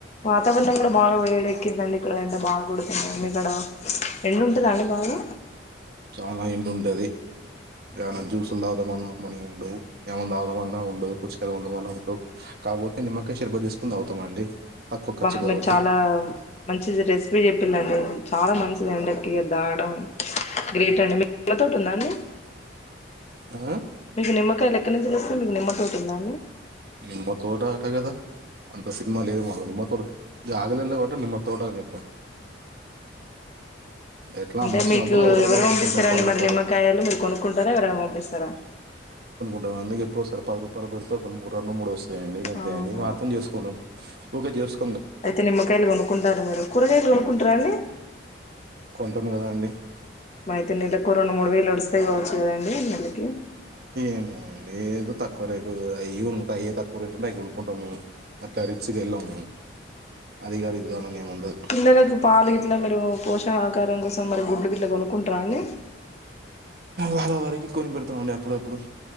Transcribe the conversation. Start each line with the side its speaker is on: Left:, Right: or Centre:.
Left: వాతావరణం కూడ బాగా వేడే. తగ్గిదండి ఇక్కడ ఎంట బాగా కొడుతోంది ఇక్కడ ఎండు ఉంటద అండి బాగా.
Right: చాలా ఎండు ఉంటది ఏమైనా జ్యూసులు దాగుదమన్నా మనీ ఉండవు ఏమన్నా దాగుదమన్న ఉండదు పుచకాయలు కొందమన్నా ఉండవు కాకపోతే నిమ్మకాయ షేర్పతి చేసుకోని తాగుతామండి. తక్కువ
Left: అబ్బా
Right: ఖర్చు కాబట్టి
Left: నాకు చాలా మంచి రెసిపీ చెపి. పిల్లలు చాలా మంచిది అందరికి అది తాగడం గ్రేట్ అండి మీ పూలతోట ఉందా అండి.
Right: ఆ
Left: మీకు నిమ్మకాయలు ఎక్కనుంచి తెస్తావ్ మీకు నిమ్మ. తోటుఅండి.
Right: నిమ్మ తోట ఆట గద అనిపిస్. <unintelligible> ఆన్లైన్లో కొట్టండి మా తోట అనీ. ఎట్లా
Left: అంటే
Right: అమ్మ వచ్చినప్పుడు
Left: మీకూ,
Right: ఒకటి రెండో
Left: ఎవరు
Right: కొనుక్కుంటాం
Left: పంపిస్తారండి
Right: పది రూపాయలు
Left: మరి నిమ్మకాయలు, మీరు కొనుక్కుంటారా ఎవరైనా పంపిస్తారా.
Right: మేము అందుకే ఎప్పుడో ఒకసరి పాది రూపాలకు పెడసె కొనుకు. రొండు మూడుస్. లేండి అంతే
Left: అవునా
Right: అండి నువు అర్థం చేసుకోను. ఒక జ్యూస్.
Left: అయితే నిమ్మకాయలు కొనుక్కుంటారు మీరు కూరగాయలు కొనుక్కుంట్ర అండి.
Right: కొంటాం కదా అండి
Left: అయితే నెలకు ఓ రెండు మూడు వేలు ఒడుస్తాయి కావచ్చు కదండి నెలకి.
Right: ఏమో అండి ఏదో తక్కువ రేటు అయి ఉంటాయి తక్కువ రేటు ఉంటే అవి కొనుక్కుంటాం మే అట్ల రిచ్ గా ఎళ్ళాం మేము. అది గాని ఇది గాని అని ఏమి ఉండదు
Left: పిల్లలకి పాలు గిట్ల మీరు. పోషణ ఆకారం కోసం మరి గుడ్లు వి. అట్ల కొనుకుంట్ర అండి.
Right: వాళ్ళ వరకి కొని పెడతాం అండి అప్పుడప్పుడు.